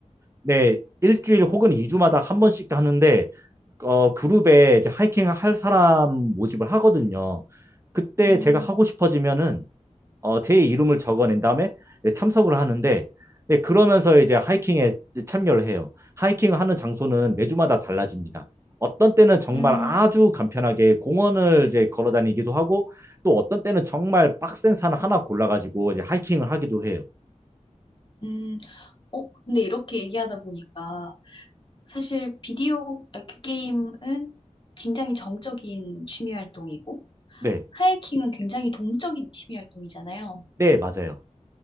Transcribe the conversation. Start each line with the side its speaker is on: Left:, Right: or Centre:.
Right: 네, 일주일 혹은 이주마다한 번씩 하는데 어, 그룹에 이제 하이킹 할 사람 모집을 하거든요. 그때
Left: 음,
Right: 제가 하고 싶어지면은 어, 제 이름을 적어낸 다음에 이제 참석을 하는데 네, 그러면서 이제 하이킹에 참여를 해요. 하이킹을 하는 장소는 매주마다 달라집니다. 어떤 때는 정말
Left: 음,
Right: 아주 간편하게 공원을 이제 걸어 다니기도 하고 또 어떤 때는 정말 빡센 산 하나 골라가지고 이제 하이킹을 하기도 해요.
Left: 음. 어, 근데 이렇게 얘기하다 보니까 사실 비디오 아, 그 게임은 굉장히 정적인 취미 활동이고
Right: 네,
Left: 하이킹은 굉장히 동적인 취미 활동이잖아요.
Right: 네, 맞아요.